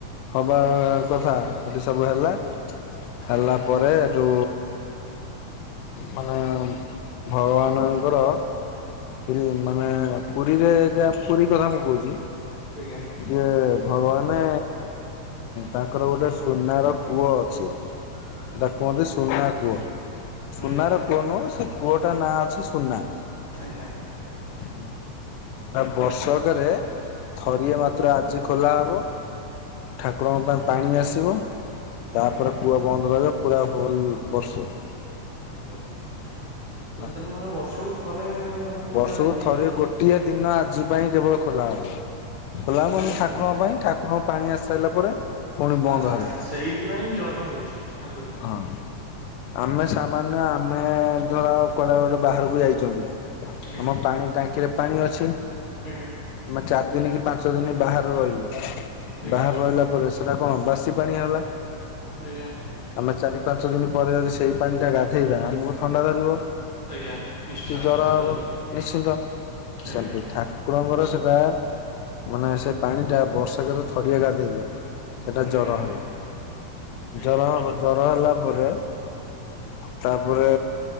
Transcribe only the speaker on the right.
ଆଜ୍ଞା
ପିଜ୍ଞା।
ହ
ଆଜ୍ଞା
ଆଜ୍ଞା।
ଆଜ୍ଞା
ଆଜ୍ଞା
ତା ମାମାନେ ବର୍ଷକୁ ଥରେ ମାନେ କୂଅଟା
ଇଏ
କରେ
ଆଚ୍ଛା
ଏମିତି
ତାହେଲେ
ଆଚ୍ଛା
ସେଇଥିପାଇଁ ଜର ହଉଛି ଠାକୁରଙ୍କୁ।
ଆଜ୍ଞା
ଆଜ୍ଞା।
ଆଜ୍ଞା
ଆଜ୍ଞା।
ଆଜ୍ଞା ନିଶ୍ଚୟ
ଦଣ୍ଡ
ଧରି
ଆଜ୍ଞା
ଆଜ୍ଞା
ଆଜ୍ଞା